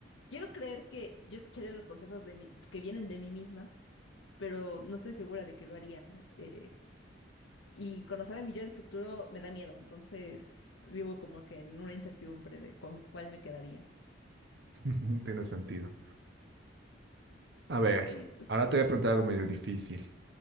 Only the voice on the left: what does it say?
quiero creer que yo escucharía los consejos de mí, que vienen de mí misma, pero no estoy segura de que lo haría. eh, y conocer a mi yo del futuro me da miedo, entonces vivo como que en una incertidumbre de con cuál me quedaría.
Sí, entonces